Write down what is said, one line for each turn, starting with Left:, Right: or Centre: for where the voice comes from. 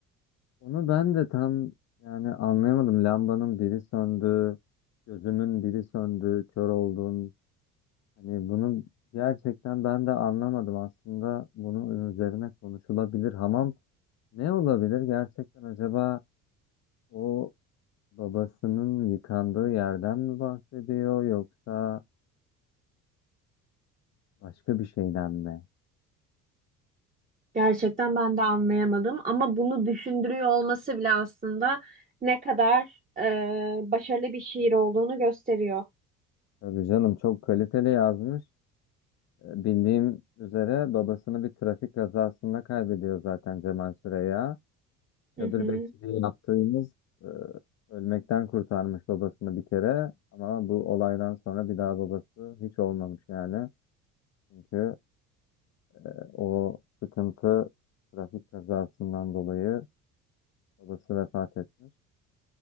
Left: Onu ben de tam yani anlayamadım. Lambanın biri söndü, gözümün biri söndü, kör oldum. Hani bunu gerçekten ben de anlamadım. Aslında bunun üzerine konuşulabilir. Hamam ne olabilir? Gerçekten acaba o babasının yıkandığı yerden mi bahsediyor yoksa başka bir şeyden mi?
Right: Gerçekten ben de anlayamadım ama bunu düşündürüyor olması bile aslında Ne kadar e, başarılı bir şiir olduğunu gösteriyor.
Left: Tabii canım çok kaliteli yazmış. E, Bildiğim üzere babasını bir trafik kazasında kaybediyor zaten Cemal Süreya.
Right: Hı
Left: Çadır
Right: hı.
Left: bekçiliği yaptığımız e, ölmekten kurtarmış babasını bir kere ama bu olaydan sonra bir daha babası hiç olmamış yani. Çünkü e, o sıkıntı trafik kazasından dolayı babası vefat etmiş.